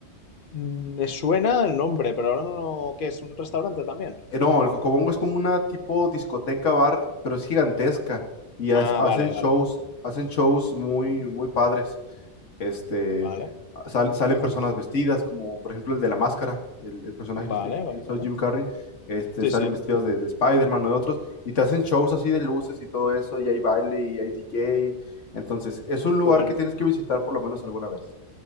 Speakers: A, on the left (about 50°); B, on the left (about 85°).
A: Mm, Me suena el nombre, pero ahora no, ¿qué es? ¿Un restaurante también?
B: Eh, No, el Cocobongo es como una tipo discoteca bar, pero es gigantesca y ha-
A: Ah,
B: hacen
A: vale,
B: shows,
A: vale.
B: hacen shows muy, muy padres. Este,
A: Vale,
B: sal- salen personas vestidas, como por ejemplo el de la máscara, el, el personaje
A: vale,
B: que, que
A: vale,
B: hizo
A: vale.
B: Jim Carrey, este,
A: Sí,
B: salen
A: sí.
B: vestidos de, de Spider-Man o de otros y te hacen shows así de luces y todo eso, y hay baile y hay DJ. Entonces, es un lugar
A: Qué bueno.
B: que tienes que visitar por lo menos alguna vez.